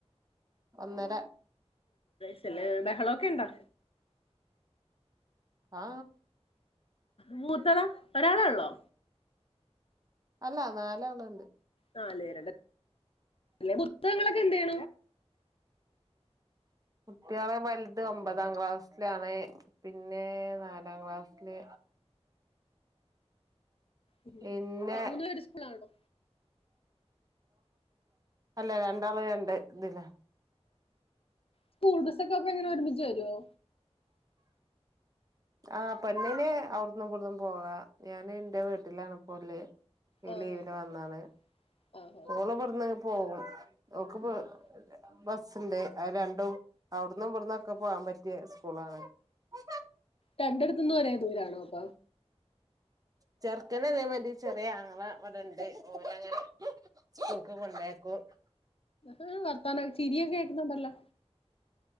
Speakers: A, on the right; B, on the left.
A: ഒന്നര
B: സല് ബഹളൊക്കെ ഇണ്ടാ
A: ആ
B: മൂത്തതാ ഒരാളെ ഉള്ളോ
A: അല്ല നാല് ആള്ണ്ട്
B: നാല്
A: <unintelligible>
B: പേരുണ്ട് അല്ലെ പുസ്തകങ്ങളൊക്കെ എന്ത് ചെയ്യണു
A: കുട്ടികള് വലത് ഒമ്പതാം ക്ലാസ്സിലാണ് പിന്നെ നാലാം ക്ലാസ്സില്
B: ഉ
A: പിന്നെ
B: മൂന്ന് പേര് സ്കൂളിലാണോ
A: അല്ല രണ്ടാള് രണ്ട് ഇതിലാ
B: സ്കൂൾ ബസ്സൊക്കെ അപ്പൊ എങ്ങനെ ഒരുമിച്ച് വരുവോ
A: ആ പെണ്ണിന്അവിടന്നും ഇവിടന്നും പോവാ ഞാൻ എന്റെ വീട്ടിലാണ് ഇപ്പോ ഉള്ളത് ഈ
B: ആഹ്
A: ലീവിന്
B: ആഹ്
A: വന്നാണ്
B: ആഹ് ആഹ് ആഹ്
A: മോള് ഇവിടുന്ന് പോകും നോക്കുമ്പ
B: ആഹ്
A: ബസ് ണ്ട്. അത് രണ്ടും അവിടന്നും ഇവിടന്നുംഒക്കെ പോകാൻ പറ്റിയ സ്കൂളാണ് ട്ട <unintelligible>
B: രണ്ടും ഒരേ ദൂരണോ അപ്പ
A: ചെറുക്കനല്ലവരുന്നത്ചെറിയ ആങ്ങള ഇവിടെണ്ട് ഒരു ചർക്ക കൊണ്ട് ഒണ്ടാക്കും
B: ആ വർത്താനം ചിരിയൊക്കെ കേളക്കുന്നുണ്ടല്ലോ